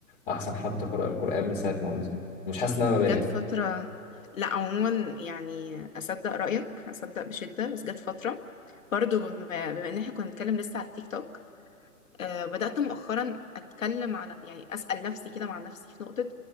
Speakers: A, on the left; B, on the left.
A: أحسن حد قرأ القرآن من ساعة ما أنزل مش حاسس إن أنا ببالغ
B: جت فترة لا عموما يعني أصدق رأيك أصدق بشدة بس جت فترة برضو بما, بما إن احنا كنا بنتكلم لسه على التيك توك آه بدأت مؤخرا أتكلم على يعني أسأل نفسي كده مع نفسي في نقطة